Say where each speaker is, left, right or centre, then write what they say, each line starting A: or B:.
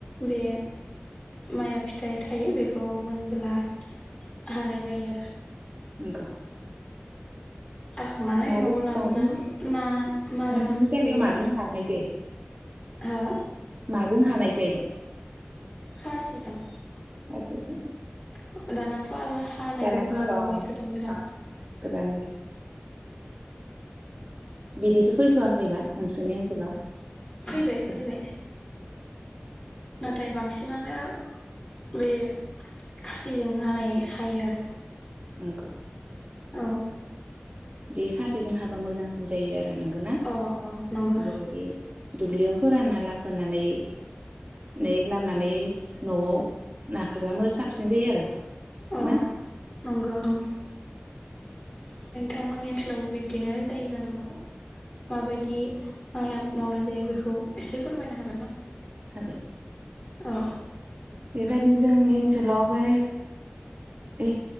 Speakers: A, on the left; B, on the right.
A: बे माइया फिथाइ थायो बेखौ मोनब्ला। हानाय जायो आरो।
B: <inaudible>
A: हाखांनानै
B: माजों
A: न'आव लाबोना
B: माजों
A: ना मारा
B: नोंसोरनि जायगायाव
A: होयो
B: माजों हानाय जायो
A: हो
B: जों हानाय जायो।
A: खासि जों।
B: <inaudible>
A: <unintelligible> बार हानायबो
B: दानाथ'
A: ओंखारबावबाय
B: ओं
A: गोदान गोदान।
B: ओं गोदान बिदिथ' फैथ'वाखैबा नोंसोरनि ओनसोलाव।
A: फैबाय फैबाय। नाथाय बांसिनानो बे खासिजों हानाय हायो आरो।
B: नंगौ।
A: औ।
B: बे खासिजों हाबा मोजांसिन जायो आरो। नंगौना
A: अ अ नंगौ।
B: जेरै दुब्लियाव फोरानना लाफोनानै नै लामनानै न'आव नाफैबा मो साबसिन जायो आरो।
A: अ
B: ना
A: नंगो <unintelligible> नोंथांमोननि ओनसोलावबो बिब्दिनो जायो जानांगौ माबायदि माइ आबाद मावनाय जायो बेखौ एसे फोरमायनो हागोन ना।
B: हागोन।
A: औ।
B: बेबायदिनो जोंनि ओनसोलावबो ए